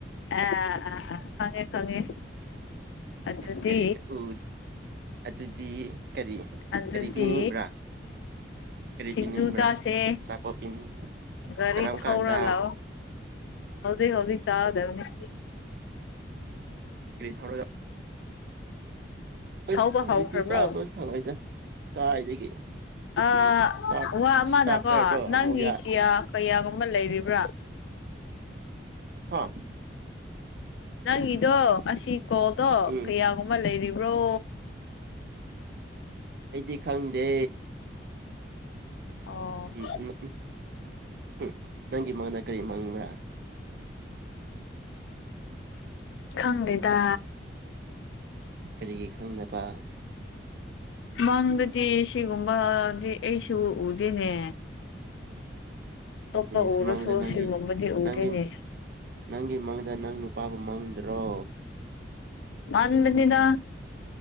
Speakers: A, on the left; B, on the right.
A: ꯑꯥ ꯑꯥ ꯑꯥ ꯈꯪꯉꯦ ꯈꯪꯉꯦ ꯑꯗꯨꯗꯤ
B: ꯏꯁ ꯀꯔꯤꯒ ꯎ ꯑꯗꯨꯗꯤ ꯀꯔꯤ
A: ꯑꯗꯨꯗꯤ
B: ꯀꯔꯤ ꯄꯤꯅꯤꯡꯕ꯭ꯔꯥ ꯀꯔꯤ
A: ꯁꯤꯡꯖꯨ
B: ꯄꯤꯅꯤꯡꯕ꯭ꯔꯥ
A: ꯆꯥꯁꯦ
B: ꯑꯆꯥꯄꯣꯠ ꯄꯤꯅꯤꯡꯕ꯭ꯔꯥ
A: ꯒꯥꯔꯤ
B: ꯀꯔꯝ
A: ꯊꯧꯔ
B: ꯀꯥꯟꯗ
A: ꯂꯥꯛꯑꯣ ꯍꯧꯖꯤꯛ ꯍꯧꯖꯤꯛ ꯆꯥꯒꯗꯕꯅꯤ
B: ꯒꯔꯤ ꯊꯧꯔ ꯑꯁ
A: ꯊꯧꯕ
B: ꯍꯧꯖꯤꯛꯇꯤ
A: ꯍꯧꯈ꯭ꯔꯕ꯭ꯔꯣ
B: ꯆꯥꯕ ꯁꯪꯉꯣꯏꯗ ꯀꯥꯏꯗꯒꯤ
A: ꯑꯥ
B: ꯏꯁꯇꯥꯔ
A: ꯋꯥ ꯑꯃꯅꯀꯣ
B: ꯏꯁꯇꯥꯔꯇꯔꯗꯣ
A: ꯅꯪꯒꯤ
B: ꯑꯃꯨꯛ
A: ꯀꯤꯌꯥ ꯀꯩꯌꯥꯒꯨꯝꯕ ꯂꯩꯔꯤꯕ꯭ꯔꯥ
B: ꯍꯥꯥ
A: ꯅꯪꯒꯤꯗꯣ ꯑꯁꯤ ꯀꯣꯜꯗꯣ
B: ꯎꯝ
A: ꯀꯌꯥꯒꯨꯝꯃ ꯂꯩꯔꯤꯕ꯭ꯔꯣ
B: ꯑꯩꯗꯤ ꯈꯪꯗꯦ
A: ꯑꯣ
B: ꯎꯝ ꯎꯝ <unintelligible> ꯅꯪꯒꯤ ꯃꯪꯗ ꯀꯔꯤ ꯃꯪꯕ꯭ꯔꯥ
A: ꯈꯪꯗꯦꯗꯥ
B: ꯀꯔꯤꯒꯤ ꯈꯪꯗꯕꯥ
A: ꯃꯪꯗꯗꯤ ꯁꯤꯒꯨꯝꯕꯥꯗꯤ ꯑꯩꯁꯨ ꯎꯗꯦꯅꯦ ꯇꯣꯞꯄ
B: ꯏꯁ
A: ꯎꯔꯁꯨ
B: ꯃꯪꯗ
A: ꯑꯁꯤꯒꯨꯝꯕꯗꯤ
B: ꯅꯪꯒꯤ
A: ꯎꯗꯦꯅꯦ
B: ꯅꯪꯒꯤ ꯅꯪꯒꯤ ꯃꯪꯗ ꯅꯪ ꯅꯨꯄꯥꯕꯨ ꯃꯪꯗ꯭ꯔꯣ
A: ꯃꯥꯥꯟꯕꯅꯤꯗꯥ